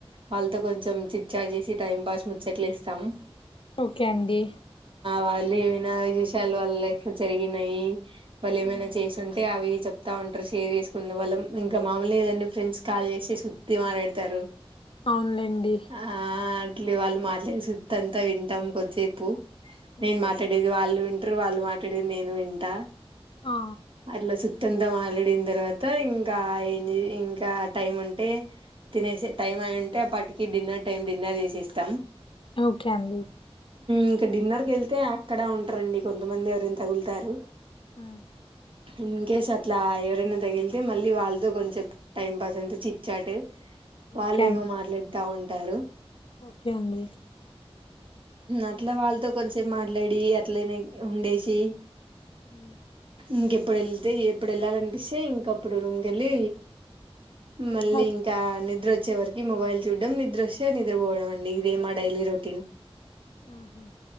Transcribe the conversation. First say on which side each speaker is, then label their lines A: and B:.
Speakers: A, on the right; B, on the left.
A: వాళ్ళతో కొంచెం చిట్ చాట్ చేసి టైం పాస్ ముచ్చట్లేస్తాం
B: ఓకే అండి
A: వాళ్ళు ఏమైనా విషయాలు వాళ్ళ లైఫ్ లో జరిగినయి వాళ్ళు
B: హ్మ్.
A: ఏమైనా చేసుంటే అవి చెతా ఉంటారు షేర్ చేసుకునే వాళ్ళం ఇంకా మామలు లేదండి ఫ్రెండ్స్ కాల్ చేసి సుత్తి మాట్లాడతారు
B: అవునులేండి
A: ఆ వాళ్ళు మాట్లాడ సుత్తాంత వింటాం కొద్దిసేపు
B: హ్మ్.
A: నేను మాట్లాడేది వాళ్ళువి ట్రూ వాళ్ళు మాట్లాడేది నేను వింటా
B: ఆ
A: అట్ల సు త్తంత మాట్లాడిన తర్వాత ఇంకా ఏం ఇంకా టైం ఉంటే తినేసి టైం అయి ఉంటే అప్పటికి డిన్నర్ టైం డిన్నర్ చేసేస్తాం
B: ఓకే అండి
A: ఇంకా డిన్నర్ కెళ్తే అక్కడ ఉంటారండి కొంతమంది ఎవరనా తగులుతారు
B: ఆ
A: ఇన్కేస్ అట్లా ఎవరైనా తగిలితే మళ్ళీ వాళ్ళతో కొంచెం టైం పాస్ అంత చిట్చ్చాటు వాళ్లేమో
B: ఓకే అండి
A: మాట్లాడుతా ఉంటారు
B: ఓకే అండి
A: అట్ల వాళ్ళతో కొంచసేపు మాట్లాడి అట్లయినా ఉండేసి
B: ఉమ్
A: ఇంకెప్పుడు వెళ్తే ఎప్పుడు ఎళ్ళాలనిపిస్తే ఇంక అప్పుడు రూమ్కెళ్ళి మళ్ళీ
B: ఓకే.
A: ఇంకా నిద్రొ చ్చే వరికి మొబైల్ చూడ్డం నిద్రొస్తే నిద్రపోవడం అండి ఇదే మా డైలీ రొటీన్
B: ఆహా